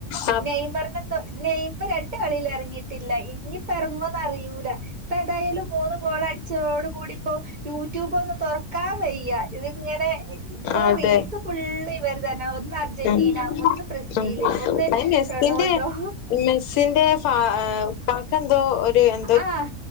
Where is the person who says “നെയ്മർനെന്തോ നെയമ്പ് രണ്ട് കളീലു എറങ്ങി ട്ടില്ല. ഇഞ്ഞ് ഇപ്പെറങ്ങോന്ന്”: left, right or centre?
Right